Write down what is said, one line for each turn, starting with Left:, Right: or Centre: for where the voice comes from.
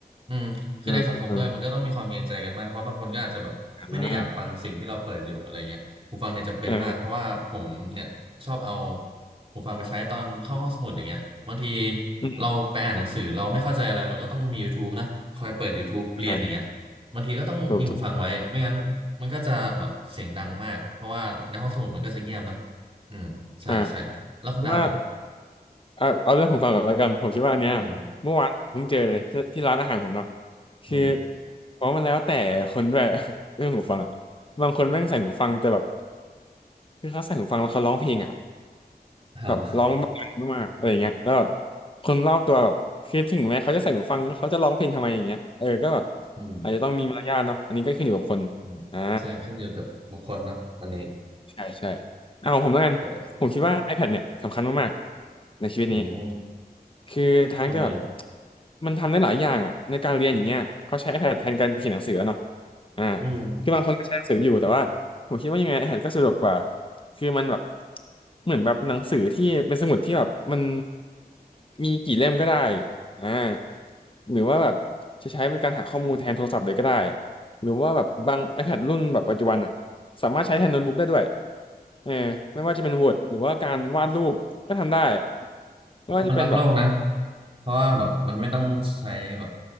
Right: อืมคือในสังคมด้วยมันก็ต้องมีความเกรงใจกันมาก
Left: เออเออ
Right: เพราะบางคนก็อาจจะแบบไม่ได้อยากฟังสิ่งที่เราเปิดอยู่อะไรเงี้ย
Left: อ่า
Right: หูฟังเนี่ยจำเป็นมากเพราะว่าผมเนี่ยชอบเอา
Left: เออ
Right: หูฟังไปใช้ตอนเข้าห้องสมุดอย่างเงี้ยบางที
Left: อืม
Right: เราไปอ่านหนังสือเราไม่เข้าใจอะไรเราก็ต้องมี YouTube นะคอยเปิด YouTube เรียนอย่างเงี้ย
Left: อ่า
Right: บางทีก็ต้องมีหูฟังไว้ไม่งั้นมันก็จะแบบเสียงดังมากเพราะว่าในห้องสมุดมันก็จะเงียบนะ
Left: ถูกถูก
Right: อืมใช่ใช่แล้วคุณดาบอ่ะ
Left: อ่าว่าเอาเอาเรื่องของฟังก่อนแล้วกันผมคิดว่าอันเนี้ยเมื่อวานเพิ่งเจอเลยที่ที่ร้านอาหารผมเนาะ
Right: อืม
Left: คือ
Right: อืม
Left: เพราะมันแล้วแต่คนด้วย <laughs> เรื่องหูฟังอ่ะบางคนแม่งใส่หูฟังแต่แบบคือเขาใส่หูฟังแล้วเขาร้องเพลงอ่ะ
Right: เอา
Left: แบบร้องดังมากๆอะไรอย่างเงี้ยแล้วแบบคนรอบตัวแบบคือถึงแม้เขาจะใส่หูฟังเขาจะร้องเพลงทำไมอย่างเงี้ยเออก็แบบ
Right: อืม
Left: อาจจะต้องมีมารยาทเนาะอันนี้ก็ขึ้นอยู่กับคน
Right: อืมใช่ขึ้นอยู่กับบุคคลนะอันนี้
Left: อ่า ใช่ใช่เอาของผมแล้วกันผมคิดว่า
Right: ใช่
Left: iPad เนี่ยสำคัญมากๆในชีวิตนี้
Right: อืม
Left: คือทั้งจะแบบ
Right: ทำไมอะ
Left: มันทำได้หลายอย่างอ่ะในการเรียนอย่างเงี้ยเขาใช้ iPad แทนการเขียนหนังสือแล้วเนาะอ่า
Right: อืม
Left: คือบางคนก็ใช้หนังสืออยู่แต่ว่าผมคิดว่ายังไง iPad ก็สะดวกกว่าคือมันแบบเหมือนแบบหนังสือที่เป็นสมุดที่แบบมันมีกี่เล่มก็ได้อ่าหรือว่าแบบจะใช้เป็นการหาข้อมูลแทนโทรศัพท์เลยก็ได้หรือว่าแบบบาง iPad รุ่นแบบปัจจุบันอ่ะ สามารถใช้แทนโน้ตบุ๊กได้ด้วยเออไม่ว่าจะเป็น Word หรือว่าการวาดรูปก็ทำได้
Right: ผมว่ามันรักโลกนะ
Left: ไม่ว่าจะเป็นแบบ
Right: เพราะว่าแบบมันไม่ต้องใช้แบบ